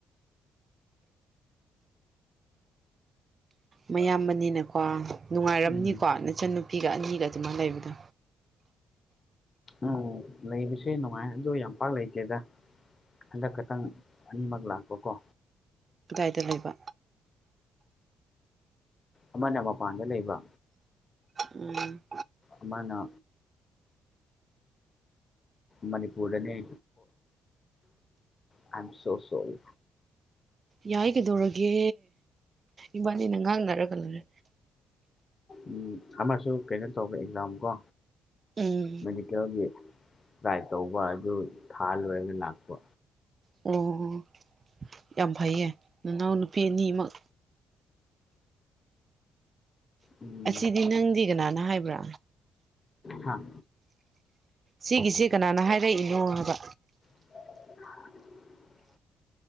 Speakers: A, on the right; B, on the left.
A: ꯃꯌꯥꯝꯕꯅꯤꯅꯀꯣ ꯅꯨꯡꯉꯥꯏꯔꯝꯅꯤꯀꯣ
B: ꯎꯝ
A: ꯅꯆꯟꯅꯨꯄꯤꯒ ꯑꯅꯤꯒ ꯑꯗꯨꯃꯥꯏ ꯂꯩꯕꯗꯣ
B: ꯎꯝ ꯂꯩꯕꯁꯦ ꯅꯨꯡꯉꯥꯏ ꯑꯗꯨꯗ ꯌꯥꯝ ꯄꯥꯛ ꯂꯩꯇꯦꯗ ꯍꯟꯗꯛ ꯈꯇꯪ ꯑꯅꯤꯃꯛ ꯂꯥꯛꯄꯀꯣ
A: ꯀꯗꯥꯏꯗ ꯂꯩꯕ
B: ꯑꯃꯅ ꯃꯄꯥꯟꯗ ꯂꯩꯕ
A: ꯎꯝ
B: ꯑꯃꯥꯅ ꯃꯅꯤꯄꯨꯔꯗꯅꯦ ꯑꯥꯏ ꯑꯦꯝ ꯁꯣ ꯁꯣꯔꯤ
A: ꯌꯥꯏ ꯀꯩꯗꯧꯔꯒꯦ ꯏꯕꯥꯅꯤꯅ ꯉꯥꯡꯅꯔꯒ ꯂꯣꯏꯔꯦ
B: ꯎꯝ ꯑꯃꯁꯨ ꯀꯩꯅꯣ ꯇꯧꯕ ꯑꯦꯛꯖꯥꯝ ꯀꯣ
A: ꯎꯝ
B: ꯃꯦꯗꯤꯀꯦꯜꯒꯤ ꯇ꯭ꯔꯥꯏ ꯇꯧꯕ ꯑꯗꯨ ꯊꯥ ꯂꯣꯏꯔꯒ ꯂꯥꯛꯄ
A: ꯑꯣ ꯌꯥꯝ ꯐꯩꯌꯦ ꯅꯅꯥꯎ ꯅꯨꯄꯤ ꯑꯅꯤꯃꯛ
B: ꯎꯝ
A: ꯑꯁꯤꯗꯤ ꯅꯪꯗꯤ ꯀꯅꯥꯅ ꯍꯥꯏꯕ꯭ꯔꯥ
B: ꯍꯥꯥ
A: ꯁꯤꯒꯤꯁꯤ ꯀꯅꯥꯅ ꯍꯥꯏꯔꯛꯏꯅꯣ ꯍꯥꯏꯕ
B: <unintelligible>